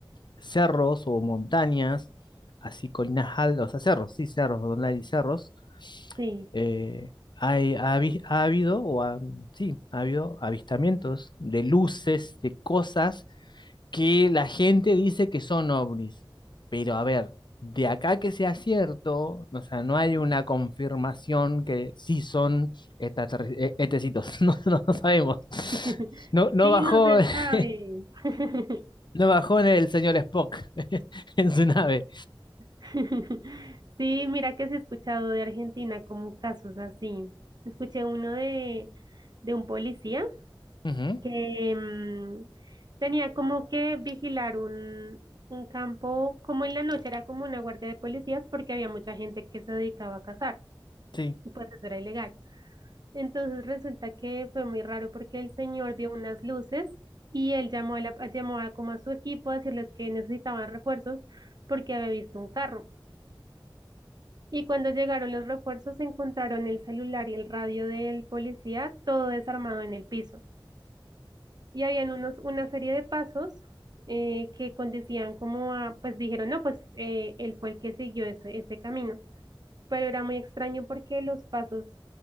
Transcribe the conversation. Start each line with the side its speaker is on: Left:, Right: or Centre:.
Left: cerros o montañas, así colinas altas, o sea, cerros, sí, cerros, donde hay cerros,
Right: Sí,
Left: eh, hay, ha, habi- ha habido, o ha- sí, ha habido avistamientos de luces, de cosas que la gente dice que son ovnis. Pero a ver, de acá que sea cierto, o sea, no hay una confirmación que sí son extraterri- eh, etecitos, <laughs> no, no, no sabemos.
Right: <laughs>
Left: No, no
Right: sí,
Left: bajó
Right: no se
Left: <laughs>
Right: sabe. <laughs>
Left: No bajó en el señor Spock <laughs> en su nave.
Right: <laughs> Sí, mira que se ha escuchado de Argentina como casos así. Escuché uno de, de un policía
Left: Ujú,
Right: que mm, tenía como que vigilar un, un campo, como en la noche era como una guardia de policías porque había mucha gente que se dedicaba a cazar
Left: Sí,
Right: y pues eso era ilegal. Entonces resulta que fue muy raro porque el señor vio unas luces y él llamó a la, llamó a como a su equipo a decirles que necesitaban refuerzos porque había visto un carro. Y cuando llegaron los refuerzos, encontraron el celular y el radio del policía, todo desarmado en el piso. Y habían unos, una serie de pasos eh, que conducían como a, pues dijeron, no, pues eh, él fue el que siguió ese, ese camino. Pero era muy extraño porque los pasos,